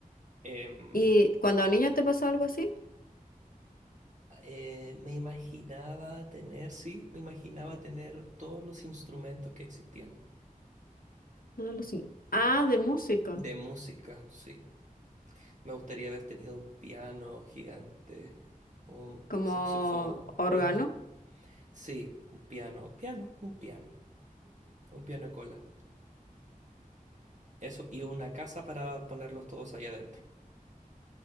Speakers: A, on the right (about 55°); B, on the left (about 75°).
A: Em,
B: ¿Y cuando niño te pasó algo así?
A: Eh, me imaginaba tener, sí, me imaginaba tener todos los instrumentos que existían.
B: No lo sé. Ah, de música,
A: De música, sí. Me gustaría haber tenido un piano gigante, un
B: como
A: saxofón,
B: órgano.
A: lo intro. Sí, un piano, piano, un piano, un piano de cola. Eso, y una casa para ponerlos todos ahí adentro.